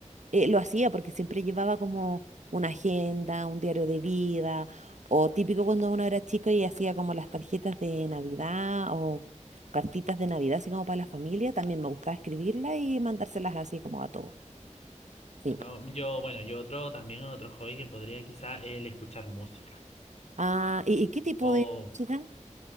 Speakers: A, on the right; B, on the left.
A: eh, lo hacía porque siempre llevaba como una agenda, un diario de vida, o típico cuando uno era chico y hacía como las tarjetas de Navidad o cartitas de Navidad, así como para la familia, también me gustaba escribirlas y mandárselas así como a todos. Sí.
B: no, yo, bueno, yo otro, también otro hobby que podría quizá el escuchar música.
A: Ah, ¿y, y qué tipo
B: Oh,
A: de música?